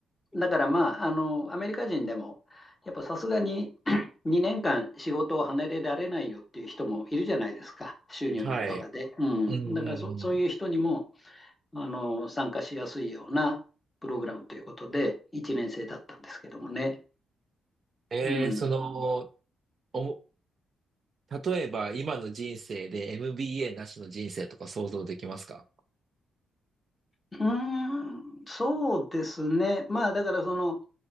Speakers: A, on the left (about 25°); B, on the right (about 45°).
A: だからまあ、あのアメリカ人でも、やっぱさすがに <clears throat> 2年間仕事を離れられないよっていう人もいるじゃないですか、収入面とかで。
B: はい。
A: うん、
B: うんうんうん。
A: だからそ、そういう人にもあの参加しやすいようなプログラムということで、1年生だったんですけどもね。
B: ええその、
A: うん、
B: おも例えば、今の人生で MBA なしの人生とか想像できますか
A: うーん、そうですね。まあ、だからその、